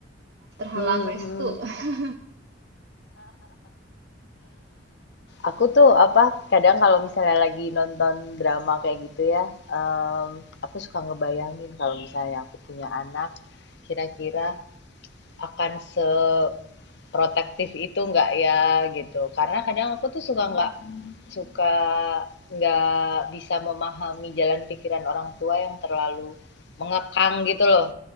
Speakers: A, on the right (about 55°); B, on the left (about 60°).
A: terhalang
B: Hmm,
A: restu.
B: hmm.
A: <laughs>
B: Aku tuh apa kadang kalau misalnya lagi nonton drama kayak gitu ya, em, aku suka ngebayangin kalau misalnya aku punya anak, kira-kira akan seprotektif itu nggak ya gitu. Karena kadang aku tuh suka nggak suka nggak bisa memahami jalan pikiran orang tua yang terlalu mengekang gitu loh.